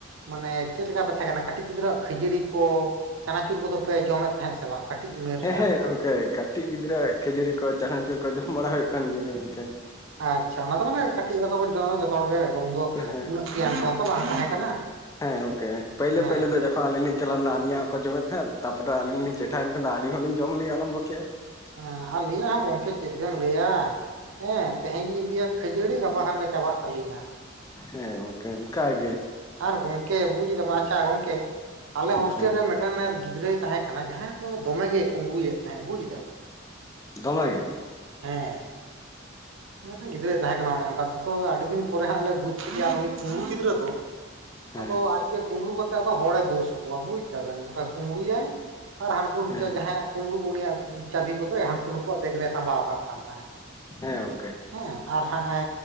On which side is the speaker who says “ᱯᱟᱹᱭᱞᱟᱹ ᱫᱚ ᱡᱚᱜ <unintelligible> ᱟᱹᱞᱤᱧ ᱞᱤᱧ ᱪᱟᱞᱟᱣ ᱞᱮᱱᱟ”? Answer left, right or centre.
Left